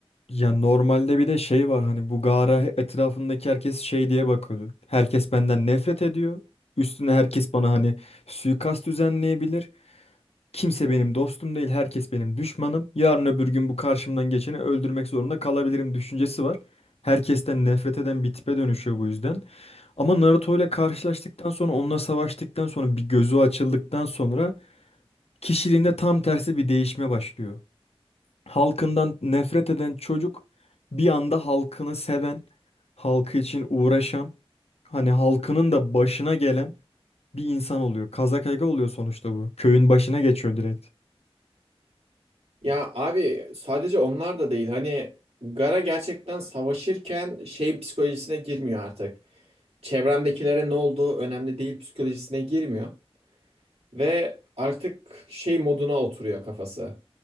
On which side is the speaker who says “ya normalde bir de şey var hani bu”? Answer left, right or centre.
Left